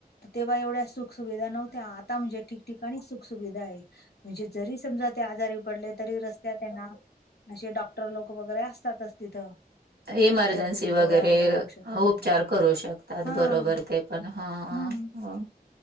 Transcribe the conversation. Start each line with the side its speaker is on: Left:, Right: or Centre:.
Left: तेव्हा एवढ्या सुख सुुविधा नव्हत्या आता म्हणजे ठिकठिकाणी सुख सुविधा आहे. म्हणजे जरी समजा ते आजारी पडले तरी रस्त्यात त्यांना असे डॉक्टर लोक वगैरे असतातच तिथं.
Right: इमर्जन्सी
Left: उपचार
Right: वगैरे
Left: गोळ्या औषधं द्यायला.
Right: उपचार करू शकतात
Left: हां,
Right: बरोबर ते. पण हा
Left: हं.
Right: हा.